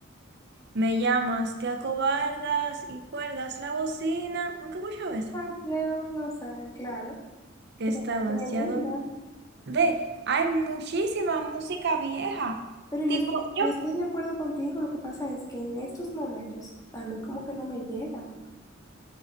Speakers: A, on the right; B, on the left.
A: me llamas, te acobardas y cuelgas la bocina. Nunca he escuchado eso.
B: Más lejos, no sé, claro.
A: Que
B: Esa
A: está
B: canción
A: vaciado.
B: es linda.
A: Ve, hay muchísima música vieja.
B: Pero yo
A: Tipo,
B: estoy,
A: yo
B: yo estoy de acuerdo contigo, lo que pasa es que en estos momentos a mí como que no me llegan.